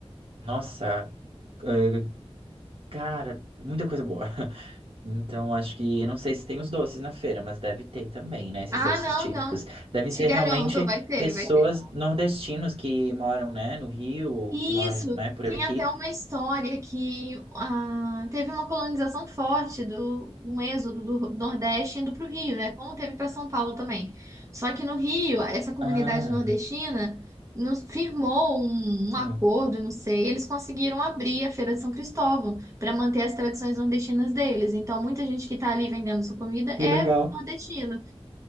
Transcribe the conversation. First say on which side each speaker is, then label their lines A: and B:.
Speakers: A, on the right; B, on the right.
A: Nossa, eh, cara, muita coisa boa. <laughs> Então, acho que, eu não sei se tem os doces na feira, mas deve ter também, né? Esses
B: Ah,
A: doces
B: não,
A: típicos.
B: não.
A: Devem
B: Te
A: ser
B: garanto,
A: realmente
B: vai ter,
A: pessoas
B: vai ter.
A: nordestinos que moram, né, no Rio, ou
B: Isso,
A: que moram, né, por
B: tem
A: aqui.
B: até uma história que ah, teve uma colonização forte do um êxodo do Nordeste indo para o Rio, né? Como teve para São Paulo também. Só que no Rio, essa comunidade
A: Ah,
B: nordestina nos firmou um, um
A: hum.
B: acordo, não sei, eles conseguiram abrir a Feira de São Cristóvão para manter as tradições nordestinas deles. Então, muita gente que está ali vendendo sua comida é
A: Que legal.
B: nordestina.